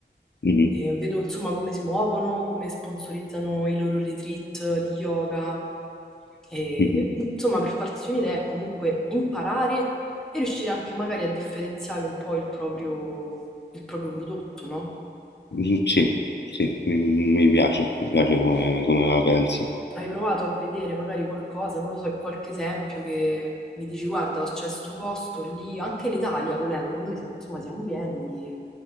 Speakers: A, on the left; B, in the centre.
A: mh-mh,
B: E vedo insomma come si muovono, come sponsorizzano i loro retreat di yoga. E,
A: mh-mh.
B: insomma, per farsi un'idea è comunque imparare e riuscire anche magari a differenziare un po' il proprio, il proprio prodotto, no?
A: Mh, sì, sì, mi mi piace, mi piace come come la pensi.
B: hai provato a vedere magari qualcosa, non lo so, qualche esempio che mi dici, guarda, c'è sto posto lì, anche in Italia, volendo, noi siamo- insomma siamo pieni di,